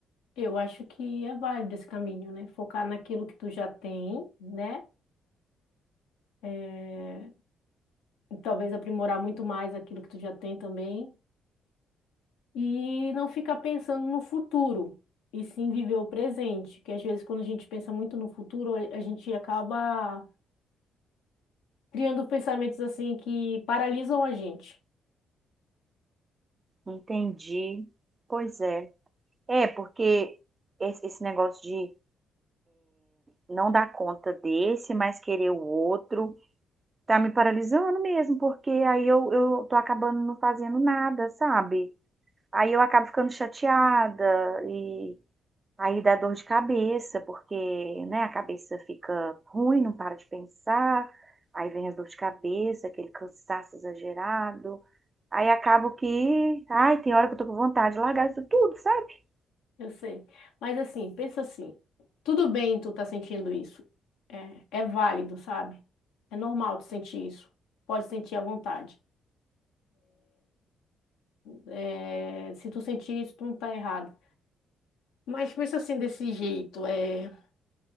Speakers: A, on the left; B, on the right.
A: Eu acho que é válido esse caminho, né? Focar naquilo que tu já tem, né? É, e talvez aprimorar muito mais aquilo que tu já tem também e não ficar pensando no futuro e sim viver o presente, que às vezes quando a gente pensa muito no futuro, a a gente acaba criando pensamentos assim que paralisam a gente.
B: Entendi. Pois é. É, porque esse esse negócio de não dar conta desse, mas querer o outro, tá me paralisando mesmo, porque aí eu, eu tô acabando não fazendo nada, sabe? Aí eu acabo ficando chateada e Aí dá dor de cabeça, porque, né, a cabeça fica ruim, não para de pensar. Aí vem as dor de cabeça, aquele cansaço exagerado. Aí acabo que, ai, tem hora que eu tô com vontade de largar isso tudo, sabe?
A: Eu sei. Mas assim, pensa assim, tudo bem tu tá sentindo isso. É válido, sabe? É normal tu sentir isso. Pode sentir à vontade. É, se tu sentir isso, tu não tá errado. Mas pensa assim desse jeito, é